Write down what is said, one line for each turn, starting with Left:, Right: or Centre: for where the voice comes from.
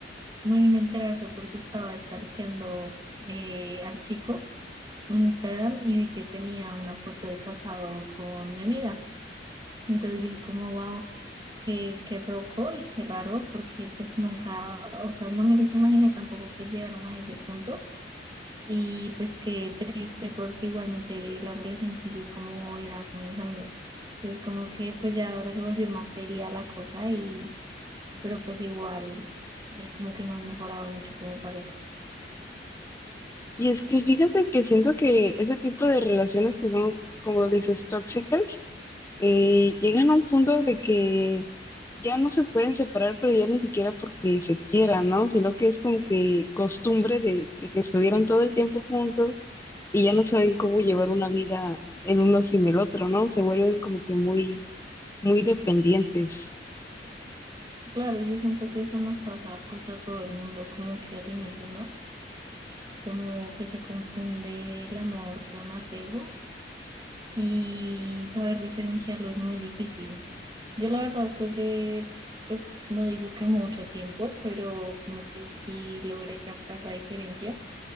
Right: Me vine a enterar fue porque estaba stalkeando eh, al chico en Instagram y vi que tenía una foto de casado con mi amiga. Entonces dije como, wow, qué, qué loco y qué raro porque pues nunca, o sea, no me los imaginé tampoco que llegaran a ese punto. Y pues qué triste porque igualmente la relación sigue como era hace unos años. Entonces como que pues ya ahora se volvió más seria la cosa y pero pues igual eh, como que no han mejorado mucho como pareja.
Left: Y es que fíjate que siento que ese tipo de relaciones que son, como lo dices, tóxicas, eh, llegan a un punto de que ya no se pueden separar, pero ya ni siquiera porque se quieran, ¿no? Sino que es como que costumbre de, de que estuvieron todo el tiempo juntos y ya no saben cómo llevar una vida el uno sin el otro, ¿no? Se vuelven como que muy muy dependientes.
Right: Claro, yo siento que eso nos pasa pues a todo el mundo, como que al inicio, ¿no? Como que se confunde el amor con apego y saber diferenciarlo es muy difícil. Yo la verdad después de, pues no digo que mucho tiempo, pero como que sí logré captar la diferencia,